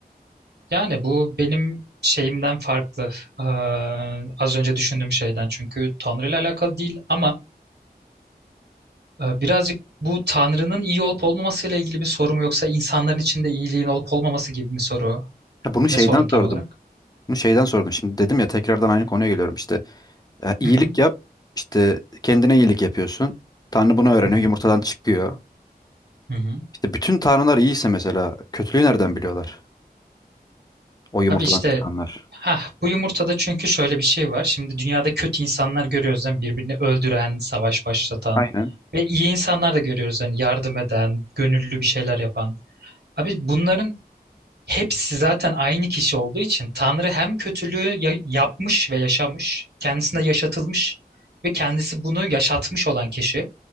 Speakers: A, on the right; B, on the left.
A: Yani bu benim şeyimden farklı. Ee, az önce düşündüğüm şeyden çünkü Tanrı ile alakalı değil ama e, birazcık bu Tanrı'nın iyi olup olmamasıyla ilgili bir soru mu yoksa insanların içinde iyiliğin olup olmaması gibi bir soru?
B: Ya bunu şeyden
A: Ne sordun tam
B: sordum.
A: olarak?
B: Bunu şeyden sordum. Şimdi dedim ya tekrardan aynı konuya geliyorum işte. Ya, iyilik
A: Hı hı.
B: yap. işte kendine iyilik yapıyorsun. Tanrı bunu öğreniyor.
A: Hı hı.
B: Yumurtadan çıkıyor.
A: Hı hı.
B: İşte bütün tanrılar iyiyse mesela kötülüğü nereden biliyorlar? O yumurtadan
A: Abi işte
B: çıkanlar.
A: ha bu yumurtada çünkü şöyle bir şey var. Şimdi dünyada kötü insanlar görüyoruz yani Birbirini öldüren, savaş başlatan
B: Aynen.
A: ve iyi insanlar da görüyoruz hani yardım eden, gönüllü bir şeyler yapan. Abi bunların hepsi zaten aynı kişi olduğu için Tanrı hem kötülüğü ya- yapmış ve yaşamış, kendisine yaşatılmış ve kendisi bunu yaşatmış olan kişi.